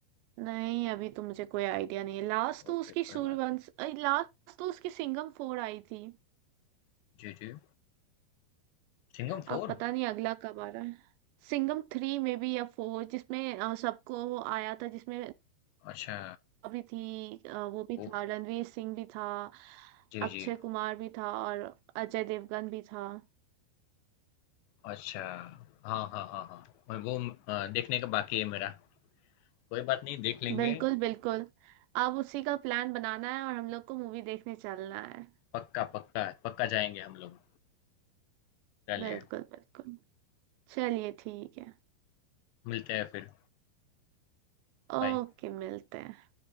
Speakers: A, on the right (about 85°); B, on the left (about 80°).
A: नहीं अभी तो मुझे कोई आइडिया नहीं है लास्ट तो
B: ओके,
A: उसकी
B: कोई
A: सूर्यवंश
B: बात नहीं।
A: लास्ट तो उसकी सिंघम फोर आई थी
B: जी, जी। सिंघम
A: अब
B: 4?
A: पता नहीं अगला कब आ रहा है सिंघम थ्री में भी या फोर जिसमें अ, सबको आया था जिसमें
B: अच्छा,
A: भी थी अ, वो भी
B: वो
A: था रणवीर सिंह भी था
B: जी,
A: अक्षय
B: जी।
A: कुमार भी था और अजय देवगन भी था
B: अच्छा। हाँ, हाँ, हाँ, हाँ। मैं वो अ, देखने का बाकी है मेरा। कोई बात नहीं देख लेंगे।
A: बिल्कुल बिल्कुल अब उसी का प्लान बनाना है और हम लोग को मूवी देखने चलना है
B: पक्का, पक्का, पक्का जाएँगे हम लोग। चलिए,
A: बिल्कुल बिल्कुल चलिए ठीक है
B: मिलते हैं फिर।
A: ओके
B: बाय।
A: मिलते हैं